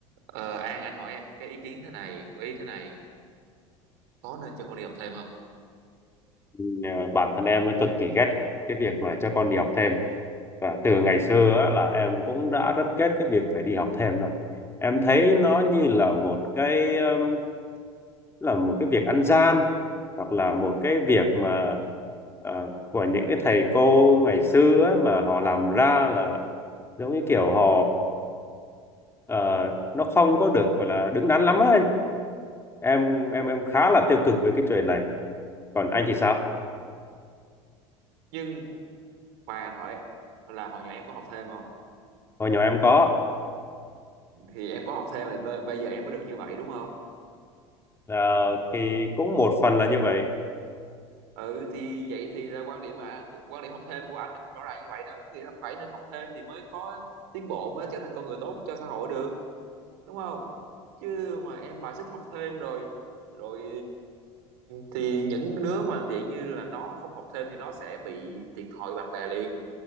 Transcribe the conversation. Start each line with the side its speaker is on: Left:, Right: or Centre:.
Right: Ờ, An anh hỏi em cái ý kiến thế này một ý thế này có nên cho con đi học thêm không
Left: Nhờ bản thân em nó cực kỳ ghét cái việc mà cho con đi học thêm và từ ngày xưa á, là em cũng đã rất ghét cái việc phải đi học thêm rồi em thấy nó như là một cái um, là một cái việc ăn gian hoặc là một cái việc mà ờ, của những cái thầy cô ngày xưa á, mà họ làm ra là giống như kiểu họ ờ, nó không có được gọi là đứng đắn lắm á anh em em em khá là tiêu cực với cái chuyện này còn anh thì sao
Right: nhưng khoan anh hỏi là hồi nhỏ em có học thêm không
Left: hồi nhỏ em có
Right: thì em có học thêm thì mới- bây giờ em mới được như vậy đúng không
Left: Ờ, thì cũng một phần là như vậy
Right: ừ thì vậy thì là quan điểm à, quan điểm học thêm của anh là cũng rõ ràng như vậy đó nghĩa là phải nên học thêm thì mới có tiến bộ mới trở thành con người tốt cho xã hội được đúng không chứ mà em bài xích học thêm rồi rồi thì những đứa mà kiểu như là nó không học thêm thì nó sẽ bị thiệt thòi bạn bè liền